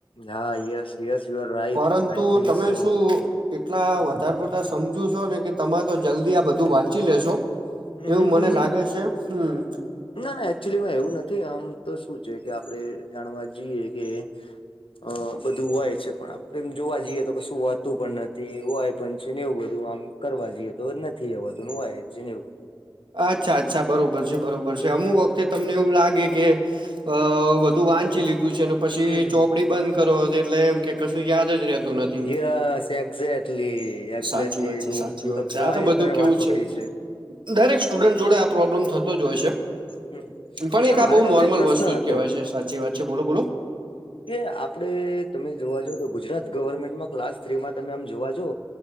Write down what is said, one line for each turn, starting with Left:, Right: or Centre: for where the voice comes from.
Left: હા yes yes your right
Right: પરંતુ
Left: I થિંક
Right: તમે
Left: સો.
Right: શું એટલા વધારે પડતા સમજુ છો ને કે તમે તો જલ્દી આ બધું વાંચી લેશો.
Left: હમ
Right: એવું
Left: હમ
Right: મને
Left: હમ હમ.
Right: લાગે છે હમ.
Left: ના ના એકચુલીમાં એવું નથી આમ તો શું છે કે આપણે જાણવા જઈએ કે. અ બધું હોય છે પણ આપડે એમ જોવા જઈએ તો કશું હોતું પણ નથી હોય પણ છે ને એવું બધું આમ. કરવા જઈએ તો નથી એવાતું નું વાય છે એવુ.
Right: અચ્છા અચ્છા બરોબર છે બરોબર છે અમુક વખતે તમને એવું લાગે કે. અ બધું વાંચી લીધું છે ને પછી
Left: હમ
Right: ચોપડી બંધ કરો એટલે એમ કે કશું યાદ જ રહે. તું નથી
Left: યસ એક્ઝેક્ટલી એક્ઝેક્ટલી
Right: સાચી વાત છે
Left: ટુ
Right: સાચી
Left: ટુ
Right: વાત
Left: ધ
Right: છે
Left: પોઈન્ટ
Right: આ તો બધું
Left: તમે
Right: કેવું
Left: વાત
Right: છે.
Left: પકડી
Right: દરેક સ્ટુડેન્ટ જોડે આ પ્રોબ્લેમ થતો જ હોય છે.
Left: હમ
Right: પણ એક આ
Left: મારે
Right: બઉુ
Left: તમને
Right: નોર્મલ
Left: એક પ્રશ્ન
Right: વસ્તુ જ
Left: હતો
Right: કેહેવાય છે સાચી વાત છે બોલો બોલો.
Left: એ આપડે તમે જોવા જ તો ગુજરાત ગવર્મેન્ટમાં ક્લાસ થ્રીમાં તમે આમ જોવા તો